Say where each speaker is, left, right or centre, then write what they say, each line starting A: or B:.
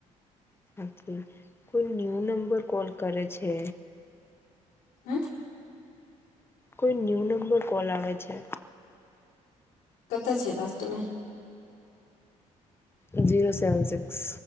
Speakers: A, on the left; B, on the left.
A: હી કોઈ ન્યુ નંબર કોલ કરે છે
B: હમ
A: કોઈ ન્યૂ નંબર કોલ આવે છે
B: કત છે લાસ્ટ મે
A: જઝીરો સેવન સિક્સ